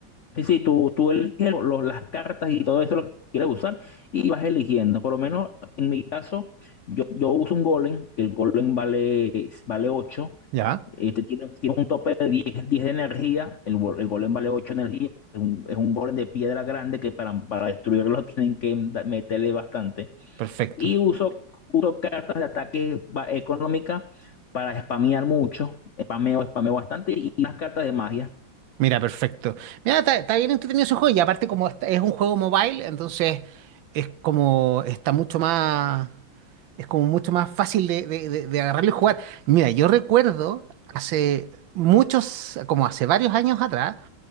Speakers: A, on the left (about 75°); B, on the right (about 75°).
A: Sí, sí, tú, tú eliges lo- lo- las cartas y todo eso lo que quieres usar y vas eligiendo. Por lo menos en mi caso, yo, yo uso un golem, que el golem vale, vale ocho
B: Ya,
A: este tiene, tiene un tope de 10 10 de energía, el, go- el golem vale 8 energía, es un, es un golem de piedra grande que para, para destruirlo <laughs> tienen que da- meterle bastante.
B: perfecto.
A: Y uso, uso cartas de ataque ba- económica para spamear mucho, spameo, spameo bastante y unas cartas de magia.
B: Mira, perfecto. Mira, está, está bien entretenido ese juego y aparte como esta- es un juego mobile, entonces es como está mucho más, es como mucho más fácil de, de- de- de agarrarlo y jugar. Mira, yo recuerdo hace muchos, como hace varios años atrás,